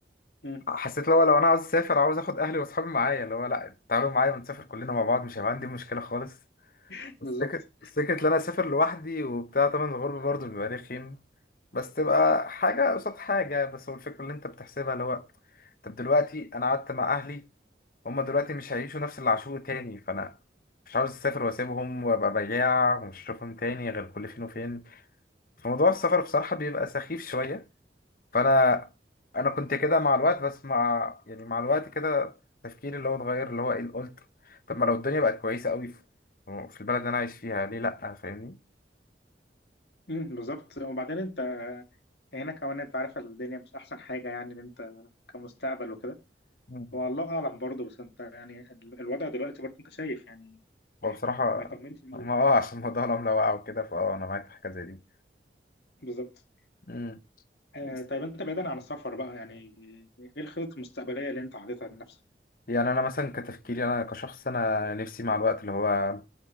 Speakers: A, on the left (about 70°); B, on the left (about 50°).
A: مم،
B: حسيت لو لو انا عاوز اسافر عاوز اخد اهلي واصحابي معايا اللي هو لا تعالوا معايا ونسافر كلنا مع بعض مش هيبقى عندي مشكلة خالص
A: <laughs>
B: بس
A: بالظبط
B: فكرة بس فكرة إن أنا أسافر لوحدي وبتاع طبعا الغربة برضه بيبقى رخيم بس تبقى حاجة قصاد حاجة بس هو الفكرة اللي أنت بتحسبها اللي هو طب دلوقتي أنا قعدت مع أهلي هما دلوقتي مش هيعيشوا نفس اللي عاشوه تاني فأنا مش عاوز أسافر وأسيبهم وأبقى بياع ومش هشوفهم تاني غير كل فين وفين فموضوع السفر بصراحة بيبقى سخيف شوية فانا انا كنت كده مع الوقت بس مع يعني مع الوقت كده تفكيري اللي هو اتغير اللي هو ايه اللي قلت طب ما لو الدنيا بقت كويسه قوي في في البلد اللي انا عايش فيها ليه لا فاهمني
A: مم، بالظبط وبعدين أنت هنا كمان أنت عارف الدنيا مش أحسن حاجة يعني إن أنت كمستقبل وكده
B: مم.
A: هو الله اعلم برضه بس انت يعني ال- الوضع دلوقتي برضه انت شايف يعني
B: هو بصراحه
A: ما يطمنش ليه.
B: ما اه عشان موضوع العمله وقع وكده فاه انا معاك في حاجه زي دي
A: بالظبط
B: امم
A: آه
B: بس
A: طيب انت بعيدا عن السفر بقى يعني ايه الخطط المستقبليه اللي انت حاططها لنفسك؟
B: يعني انا مثلا كتفكيري انا كشخص انا نفسي مع الوقت اللي هو